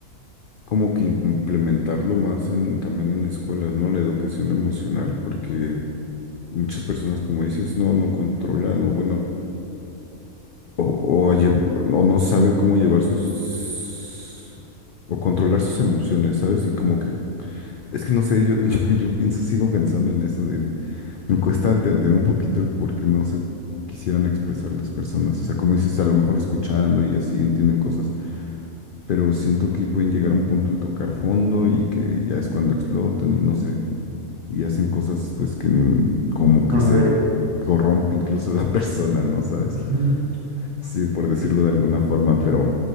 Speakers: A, on the left; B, on the right.
A: como que implementarlo más en, también en escuelas, ¿no? La educación emocional, porque muchas personas, como dices, no, no controlan, o bueno, o, o, a llev- o no saben cómo llevar sus, o controlar sus emociones, ¿sabes? Y como que, es que no sé, yo, <laughs> yo, yo pienso, sigo pensando en eso, Me cuesta entender un poquito el por qué no se quisieran expresar las personas. O sea, como dices, a lo mejor escuchando y así entienden cosas, pero siento que pueden llegar a un punto en tocar fondo y que ya es cuando explotan y no sé, y hacen cosas pues que n- como que
B: No
A: se
B: debería.
A: corrompe incluso la <laughs> persona, ¿no? ¿Sabes?
B: <laughs>
A: Sí, por decirlo de alguna forma, pero,